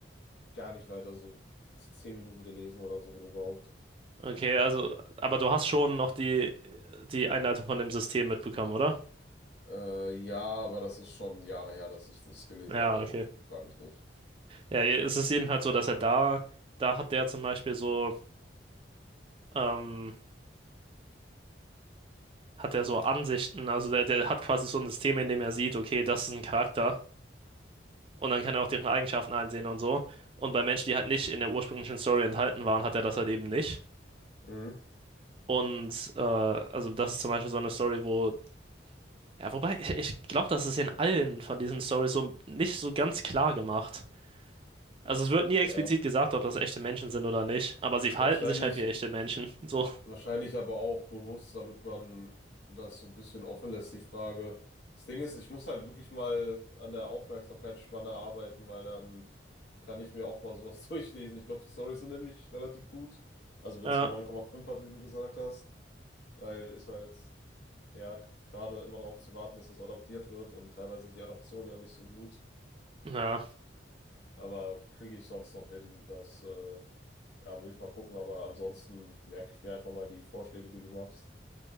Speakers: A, on the left; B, on the right.
A: Gar nicht weiter, so zehn Minuten gelesen oder so, wenn überhaupt.
B: Okay, also, aber du hast schon noch die, die Einleitung von dem System mitbekommen, oder?
A: Äh, ja, aber das ist schon Jahre her, dass ich das gelesen
B: Ja,
A: habe, also
B: okay.
A: frag mich nicht.
B: Ja, je- es ist jedenfalls so, dass er da, da hat der zum Beispiel so, ähm, hat er so Ansichten, also der, der hat quasi so ein System, in dem er sieht, okay, das ist ein Charakter und dann kann er auch deren Eigenschaften einsehen und so. Und bei Menschen, die halt nicht in der ursprünglichen Story enthalten waren, hat er das halt eben nicht.
A: Mhm.
B: Und äh, also das ist zum Beispiel so eine Story, wo Ja, wobei, ich, ich glaube, das ist in allen von diesen Stories so nicht so ganz klar gemacht. Also es wird nie explizit
A: Ja.
B: gesagt, ob das echte Menschen sind oder nicht, aber sie verhalten
A: Ja, wahrscheinlich,
B: sich halt wie echte Menschen. So.
A: Wahrscheinlich aber auch bewusst, damit man das so ein bisschen offen lässt, die Frage. Das Ding ist, ich muss halt wirklich mal an der Aufmerksamkeitsspanne arbeiten, weil dann kann ich mir auch mal sowas <laughs> durchlesen. Ich glaube, die Storys sind nämlich relativ gut. Also wenn
B: Ja,
A: es nur neun Komma fünf hat, wie du gesagt hast, weil ist halt, ja, schade, immer darauf zu warten, dass das adaptiert wird und teilweise sind die Adaptionen ja nicht so gut.
B: ja.
A: Aber kriege ich sonst noch hin, das, äh, ja, muss ich mal gucken. Aber ansonsten merke ich mir einfach mal die Vorschläge, die du machst.